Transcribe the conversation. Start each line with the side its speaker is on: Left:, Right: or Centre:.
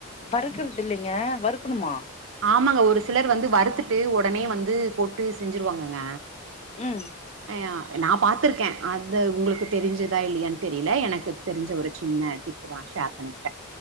Left: வறுக்கறது இல்லிங்க வறுக்கணுமா
Right: ம். ஆமாங்க ஒரு சிலர் வந்து வறுத்துட் டு உடனே வந்து போட்டு செஞ்சுருவாங்கங்க
Left: ம்
Right: அ நா பார்த்துருக்கே அது உங்களுக்கு தெரிஞ்சுதா இல்லையான்னு தெரில எனக்கு தெரிஞ்ச ஒரு சின்ன டிப்பு தா ஷேர் பண்ணிக்